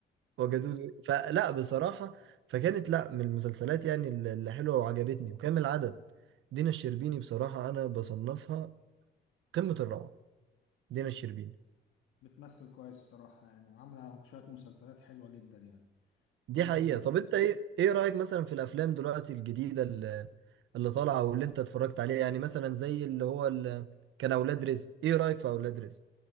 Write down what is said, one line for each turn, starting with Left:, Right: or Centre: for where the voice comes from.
Right: وجدودو فلا بصراحة فكانت لا من المسلسلات يعني الل- اللي حلوة وعجبتني وكامل العدد دينا الشربيني بصراحة انا بصنفها قمة الروعة دينا الشربيني
Left: بتمثل كويس الصراحة يعني وعاملة شوية مسلسلات حلوة جدا يعني
Right: دي
Left: ومسلسل
Right: حقيقة طب انت ايه ايه رأيك مثلا في الافلام دلوقتي الجديدة اللي طالعه واللي انت اتفرجت عليها يعني مثلا زي اللي هو اللي كان اولاد رزق ايه رايك في اولاد رزق